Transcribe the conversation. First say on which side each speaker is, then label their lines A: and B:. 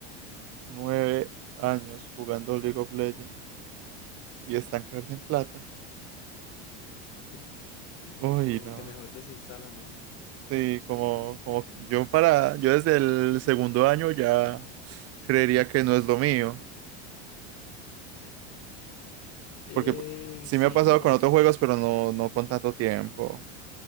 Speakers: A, on the right; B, on the left.
A: nueve años jugando League of Legends y estancarse en plata.
B: <laughs>
A: Uy,
B: Como
A: no.
B: que mejor desinstala, ¿no?
A: Sí, como, como yo para, yo desde el segundo año ya creería que no es lo mío,
B: Eh,
A: porque pu- sí
B: sí,
A: me ha pasado
B: no,
A: con otros juegos, pero no, no con tanto tiempo.